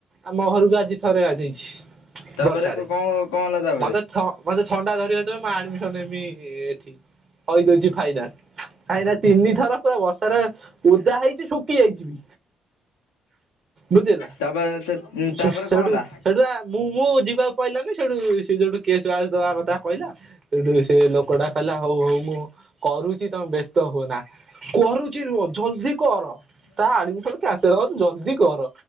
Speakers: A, on the right (about 45°); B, on the left (about 80°).
A: ଆମ ଘରକୁ ଆଜି ଥରେ ଗାଧେଇଛି
B: ତାପରେ
A: ବର୍ଷାରେ।
B: କଣ କଣ ହେଲା ତାପରେ
A: ମତେ ଥ ମତେ ଥଣ୍ଡା ଧରିିବ ଯେତେବେଳେ ମୁଁ ଆଡମିସନ ନେବି ଏଠି। କହି ଦଉଛି ଫାଇନାଲ କାହିଁନା ତିନି ଥର ପୁରା ବର୍ଷାରେ ଓଦା ହେଇଛି ଶୁଖି ଯାଇଛି ବି। ବୁଝିଲୁନା
B: ତାପରେ
A: ସେ
B: ତାପରେ
A: ସେଇଠୁ
B: କଣ ହେଲା
A: ସେଇଠୁ ଆ ମୁଁ ମୁଁ ଯିବାକୁ ପଇଲାନି ସେଇଠୁ ସେ ଯୋଉଠୁ କିଏ ଚୁଆସ ଦବା କଥା କହିଲା ଶୋଉଠୁ ସେ ଲୋକଟା କହିଲା ହଉ ହଉ ମୁଁ କରୁଚି। ତମେ ବ୍ୟସ୍ତ ହୁଅ ନା କରୁଛି ରୁହ ଜଲଦି କର ତା ଆଡମିସନ କ୍ୟାନ୍ସେଲ ହଉ। ଜଲଦି କର